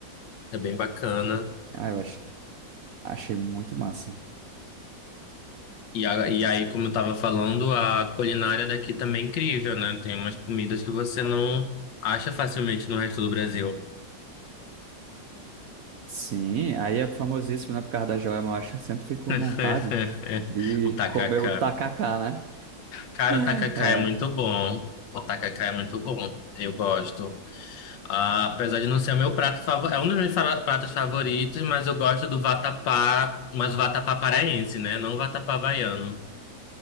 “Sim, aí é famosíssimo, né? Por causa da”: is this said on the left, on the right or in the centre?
Right